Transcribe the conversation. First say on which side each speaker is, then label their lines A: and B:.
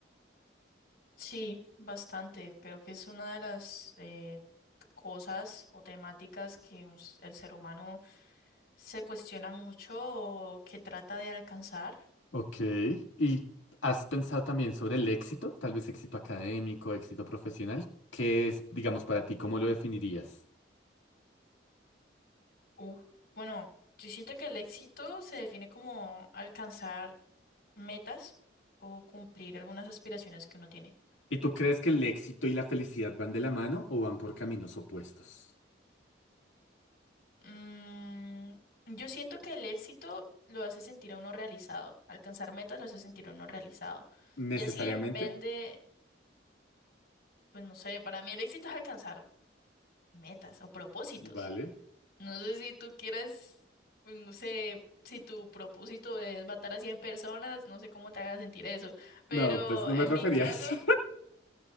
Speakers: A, on the left; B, on the left.
A: Sí, bastante. Creo que es una de las eh, cosas o temáticas que un s- el ser humano se cuestiona mucho o que trata de alcanzar.
B: Ok, ¿y has pensado también sobre el éxito? Tal vez éxito académico, éxito profesional. ¿Qué es, digamos, para ti? ¿Cómo lo definirías?
A: Uf. Bueno, yo siento que el éxito se define como alcanzar metas o cumplir algunas aspiraciones que uno tiene.
B: ¿Y tú crees que el éxito y la felicidad van de la mano o van por caminos opuestos?
A: Mm, yo siento que el éxito lo hace sentir a uno realizado, alcanzar metas lo hace sentir a uno realizado.
B: ¿Necesariamente?
A: Ya si depende, pues no sé, para mí el éxito es alcanzar metas o propósitos.
B: Vale.
A: No sé si tú quieras, pues no sé, si tu propósito es matar a 100 personas, no sé cómo te haga sentir eso, pero
B: No, pues no
A: en
B: me refería
A: mi caso,
B: a eso.